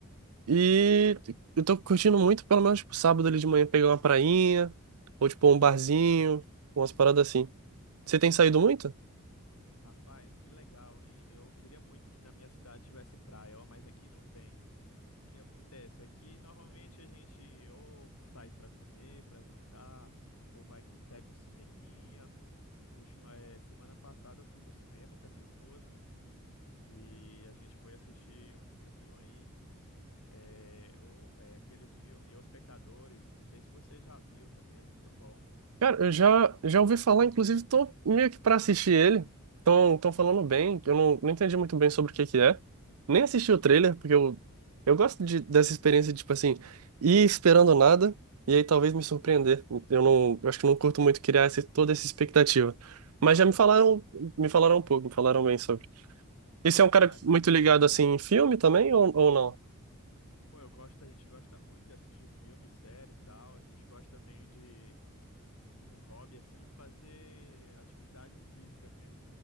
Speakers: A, on the right; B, on the left.
A: E eu tô curtindo muito, pelo menos, tipo, sábado ali de manhã pegar uma prainha, ou, tipo, um barzinho, umas paradas assim. Você tem saído muito?
B: rapaz, que legal, hein? Eu queria muito que na minha cidade tivesse praia, ó, mas aqui não tem. O que acontece? Aqui normalmente a gente ou sai pra comer, pra jantar, ou vai num, pega um cineminha. Última, eh, semana passada eu fui no cinema com a minha esposa. E a gente foi assistir um filminho aí, é, o, é aquele filme Os Pecadores. Não sei se você já viu também, muito bom.
A: Cara, eu já, já ouvi falar, inclusive tô meio que pra assistir ele. Tão, tão falando bem, eu não, não entendi muito bem sobre o que que é. Nem assisti o trailer, porque eu, eu gosto de, dessa experiência de, tipo assim, ir esperando nada e aí talvez me surpreender. Eu não, eu acho que não curto muito criar essa- toda essa expectativa. Mas já me falaram, me falaram um pouco, me falaram bem sobre. Esse é um cara
B: Ah, é muito
A: muito ligado,
B: bom.
A: assim, em filme também ou, ou não?
B: Pô, eu gosto, a gente gosta muito de assistir filme, série e tal. A gente gosta também de, de como hobby, assim, fazer atividade física, né?